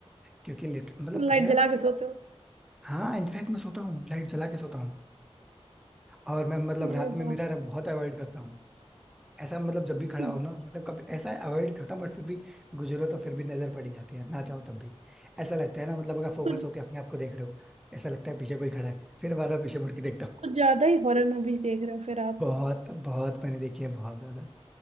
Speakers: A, in the centre; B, on the right.
A: क्योंकि lit- मतलब
B: लाइट
A: पता है यार,
B: जला के
A: मतलब
B: सोते हो
A: हाँ इनफैक्ट मैं सोता हूँ लाइट जला के सोता हूँ और मैं मतलब
B: अरे
A: रात में
B: बाप
A: मिरर बहुत अवॉइड करता हूँ ऐसा मतलब जब भी खड़ा
B: अच्छा।
A: हो ना मतलब कभी ऐसा अवॉइड करता हूँ बट फिर भी गुजरो तो फिर भी नजर पड़ ही जाती है ना चाहो तब भी ऐसा लगता है ना मतलब अगर फोकस
B: कुछ
A: होके अपने आप को देख रहे हो ऐसा लगता है पीछे कोई खड़ा है फिर बार बार पीछे मुड़ के देखता हूँ
B: कुछ ज्यादा ही हॉरर मूवीज देख रहे हो फिर आप
A: बहुत बहुत मैंने देखी है बहुत ज्यादा